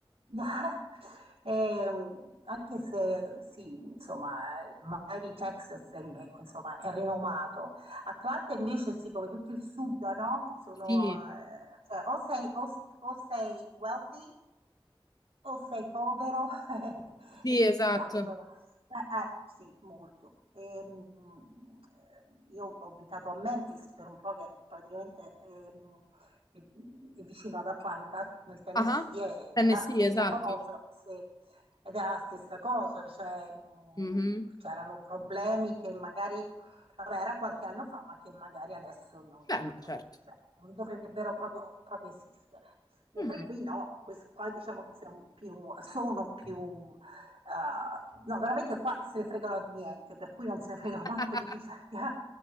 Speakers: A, on the right; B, on the left.
A: <laughs> e, mm, anche se sì, insomma, il Miami Texas è, insomma, è rinomato. Atlanta invece sì, come tutto il sud, no? Sono,
B: Sì,
A: eh, cioè, o sei, o, o sei wealthy o sei povero <laughs>
B: sì,
A: è ghettizzato,
B: esatto.
A: insomma. Eh, eh, sì, molto. Ehm, eh, io ho abitato a Memphis per un po' che praticamente ehm, è, è vicino ad Atlanta, nel Tennessee,
B: Ah,
A: ed
B: Tennessee,
A: era la stessa
B: esatto.
A: cosa, sì. ed era la stessa cosa, cioè, mh,
B: Mhm.
A: c'erano problemi che magari, vabbè, era qualche anno fa, ma che magari adesso non,
B: Beh,
A: non
B: no,
A: proprio-
B: certo.
A: cioè, non dovrebbero proprio, proprio esistere. Mentre
B: Mhm.
A: qui no, quest- qua diciamo che siamo più, sono più Uh, no, veramente qua se ne fregano di niente, per cui non se ne fregano
B: <laughs>
A: manco di chi c'è. <laughs>